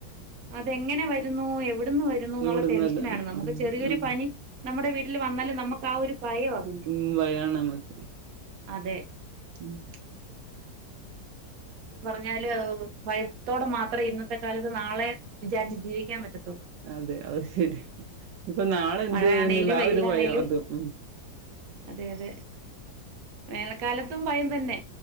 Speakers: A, on the right; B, on the right.
A: അതെങ്ങനെ വരുന്നു? എവിടന്ന് വരുന്നു? എന്നുള്ള
B: ഇവിടുന്നല്ല
A: ടെൻഷനാണ് നമുക്ക്.
B: ഉം
A: ചെറിയൊരു
B: ഉം
A: പനി നമ്മുടെ വീട്ടിൽ വന്നാലും നമുക്ക് ആ ഒരു ഭയവാ പിന്നെ.
B: ഉം വയാണ് നമ്മക്ക്
A: അതെ
B: ഉം
A: <inaudible> പർഞ്ഞാല് ഹ് ഭയത്തോടെ മാത്രേ ഇന്നത്തെ കാലത്ത് നാളെ വിചാരിച്ച് ജീവിക്കാപറ്റതൊള്ളൂ
B: അതെ അഹ് ശരിയ ഇപ്പൊ നാളെന്ത്
A: മഴയാണേലും
B: വരുന്നുള്ള
A: വെയിലാണേലും
B: ആരു ഭയം അതും ഉണ്ട്
A: അതെ അതെ വേനൽക്കാലത്തും ഭയം തന്നെ